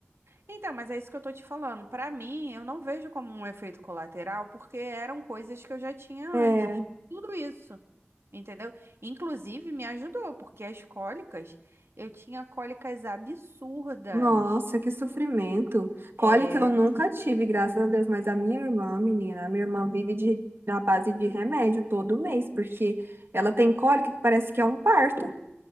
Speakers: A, on the right; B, on the right.
A: Então, mas é isso que eu tô te falando. Pra mim, eu não vejo como um efeito colateral, porque eram coisas que eu já tinha antes.
B: É.
A: Tudo isso. Entendeu? Inclusive me ajudou, porque as cólicas, eu tinha cólicas absurdas.
B: Nossa, que sofrimento. Cólica
A: É,
B: eu nunca tive, graças a Deus, mas a minha irmã, menina, a minha irmã vive de, na base de remédio todo mês, porque ela tem cólica que parece que é um parto.